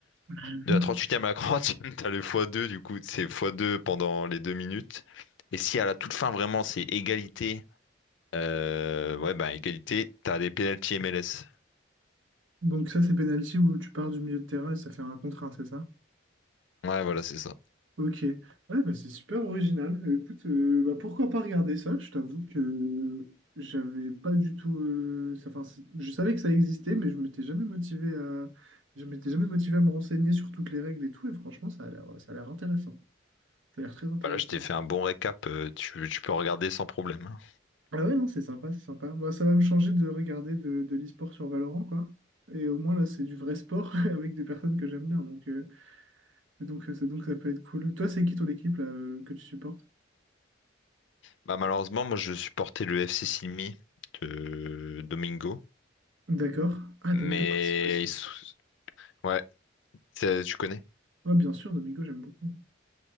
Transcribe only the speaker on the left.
De la 38e à la 40 t'as le x2, du coup, c'est x2 pendant les deux minutes. Et si à la toute fin, vraiment, c'est égalité, euh, ouais, bah, égalité, t'as des pénalties MLS.
Ouais, voilà, c'est ça.
Bah là, je t'ai fait un bon récap, euh, tu, tu peux regarder sans problème. hein.
Bah, malheureusement, moi, je supportais le FC Silmi de Domingo,
mais
ils sont- ouais, c'est- tu connais.